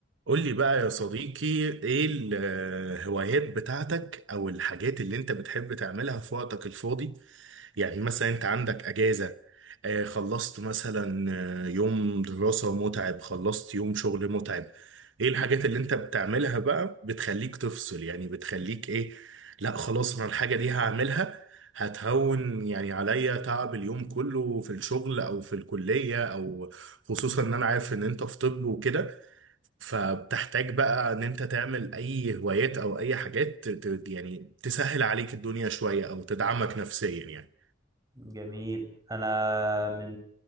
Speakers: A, on the right; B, on the right.
A: قول لي بقى يا صديقي ايه الهوايات بتاعتك او الحاجات اللي انت بتحب تعملها في وقتك الفاضي يعني مثلا انت عندك اجازة آه، خلصت مثلا آه، يوم دراسة متعب خلصت يوم شغل متعب ايه الحاجات اللي انت بتعملها بقى بتخليك تفصل يعني بتخليك ايه لا خلاص انا الحاجة دي هعملها هتهون يعني عليا تعب اليوم كله في الشغل او في الكلية او خصوصا ان انا عارف ان انت في طب وكده فبتحتاج بقى ان انت تعمل اي هوايات او اي حاجات ت- ت- يعني تسهل عليك الدنيا شوية او تدعمك نفسيا يعني
B: جميل انا من